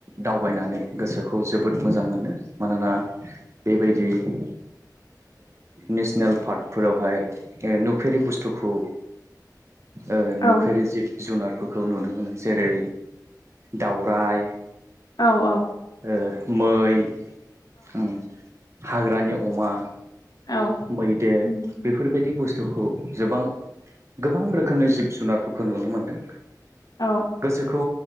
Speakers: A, on the right; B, on the left.
A: दावबायनानै गोसोखौ जोबोद मोजां मोनो। मानोना बेबायदि ओ नेसनेल फार्कफोरावहाय नुफेरि बुस्थु खौ ओ नुफेरि
B: औ
A: जिब जुनारफोरखौ नुनो मोनो जेरै दावराइ,
B: औ औ।
A: ओ मै, ओं हाग्रानि अमा,
B: औ
A: मैदेर
B: उम
A: बेफोरबायदि बुस्थुखौ जोबां गोबां रोखोमनि जिब जुनारफोरखौ नुनो मोनदों।
B: औ
A: गोसोखौ